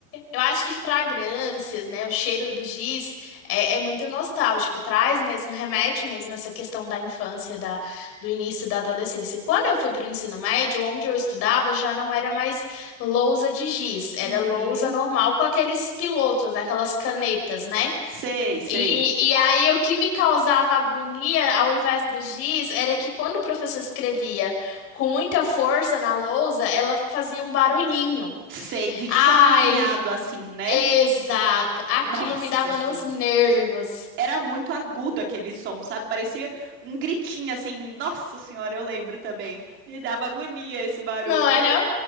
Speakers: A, on the left; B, on the right.
A: Eu acho que fragrâncias, né? O cheiro do giz é, é muito nostálgico, traz mesmo, remete mesmo a essa questão da infância, da, do início da adolescência. E Quando eu fui para o ensino médio, onde eu estudava, já não era mais lousa de giz, era
B: Uhum.
A: lousa normal com aqueles pilotos, aquelas canetas, né?
B: Sei, sei.
A: E, e aí, o que me causava agonia ao invés do giz era que quando o professor escrevia com muita força na lousa, ela fazia um barulhinho.
B: Sei, de
A: Ai,
B: tipo arranhado assim, né?
A: exato. Aquilo
B: Nossa,
A: me dava
B: sim.
A: nos nervos.
B: Era muito agudo aquele som, sabe? Parecia um gritinho assim. Nossa senhora, eu lembro também. Me dava agonia esse barulho.
A: Não era,